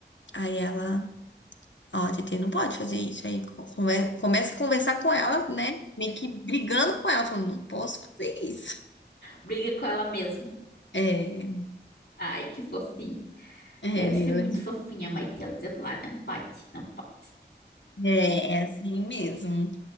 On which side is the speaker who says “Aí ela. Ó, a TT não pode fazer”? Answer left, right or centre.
Left